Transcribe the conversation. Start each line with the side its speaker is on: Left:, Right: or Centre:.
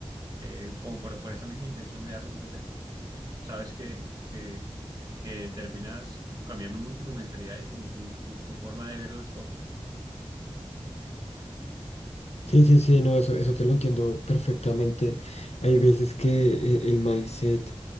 Right: eh, como por, por esa misma intención de dar lo mejor de mí sabes que, que, que terminas como cambiando mucho tu mentalidad y como tu, tu, tu forma de ver las cosas.
Left: Sí, sí, sí, no, eso, eso te lo entiendo perfectamente. Hay veces que eh, el mindset